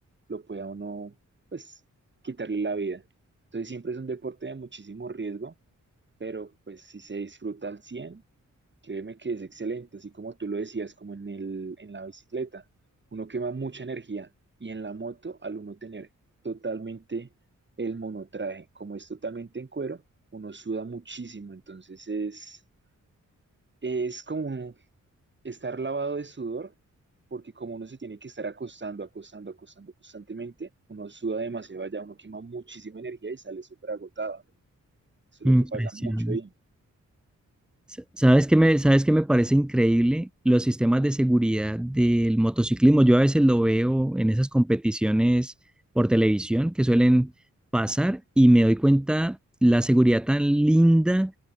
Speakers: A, on the right; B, in the centre.
A: lo pueda uno, pues, quitarle la vida. Entonces siempre es un deporte de muchísimo riesgo, pero pues si se disfruta al cien créeme que es excelente, así como tú lo decías, como en el, en la bicicleta, uno quema mucha energía y en la moto al uno tener totalmente el monotraje, como es totalmente en cuero, uno suda muchísimo, entonces es... Es como un, estar lavado de sudor, porque como uno se tiene que estar acostando, acostando, acostando constantemente, uno suda demasiado allá, uno quema muchísima energía y sale súper agotado. Eso es
B: Impresionante.
A: lo que pasa mucho ahí.
B: Sa- ¿Sabes qué me, sabes qué me parece increíble? Los sistemas de seguridad del motociclismo. Yo a veces lo veo en esas competiciones por televisión que suelen pasar y me doy cuenta la seguridad tan linda